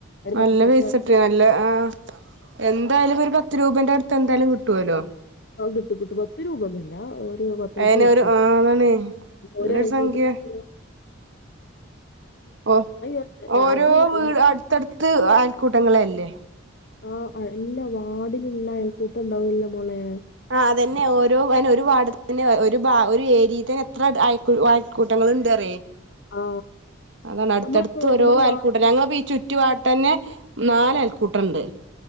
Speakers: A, on the left; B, on the right.
A: ഒരു
B: നല്ല
A: പത്ത് മുപ്പത്
B: പെയ്സട്ട് ‌ നല്ല ആ എന്തായാലും ഒര് പ ത്ത് രൂപന്റെട്ത്ത് എന്തായാലും കിട്ടോലൊ
A: ആ കിട്ടും കിട്ടും പത്ത് രൂപൊന്നു അല്ല പത്ത് മുപ്പതുർപ്യാ
B: അയിന് ഒരു ആ അതാണ് നല്ലൊരു
A: ഒരയൽകൂട്ടത്
B: സംഖ്യ
A: ന്ന്
B: ഓ
A: ഒറ്റ-
B: ഓരോ
A: അത് കഴി-
B: വീ അട്ത്തട്ത്ത് അയൽക്കൂട്ടങ്ങളെല്ലേ
A: ആ അ ഇല്ല വാഡിലുള്ള അയൽക്കൂട്ടണ്ടാവല്ലാെ മോളേ
B: ആ അതന്നെ ഓരോ അയ്ന് ഒര് വാഡ് തന്നെ ഒരു ബാ ഒര് ഏര്യേ തന്നെ എത്ര അയ അയൽക്കൂട്ടം ത്ണ്ട് അറെയ്
A: ആ
B: അതാണ് അട്ത്തട്ത്ത്
A: നമ്മളപ്പോ
B: ഓരോ
A: നമ്മളെ
B: ആയൽക്കൂട്ട
A: വാർഡിൽ
B: ഞങ്ങപ്പ ഈ ചുറ്റുപാട്ടന്നെ നാല് അയൽക്കൂട്ടണ്ട്